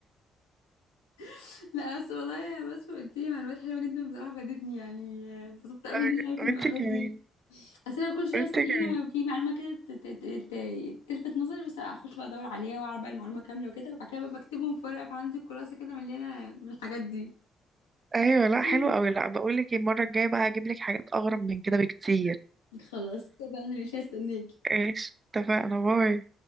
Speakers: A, on the left; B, on the right.
A: <laughs> لا بس والله بس قلت لي معلومات حلوه جدا بصراحه فادتني يعني اتبسطت قوي
B: أه،
A: اني عرفت المعلومات
B: وانت كمان
A: دي اصل أنا كل شويه
B: وانت
A: مثلا
B: كمان
A: ايه لما في معلومه كده ت- ت- ت- ت- تلفت نظري بس اخش بقى ادور عليها واعرف بقى المعلومه كامله وكده وبعد كده بقى بكتبهم في ورقه فعندي كراسه كده مليانه من الحاجات دي
B: أيوة لا
A: <laughs>
B: حلو قوي لا بقولك المرة الجاية بقى هجيبلك حاجات أغرب من كده بكتير
A: خلاص كده بقى انا مش هستناكي
B: ايش اتفقنا باي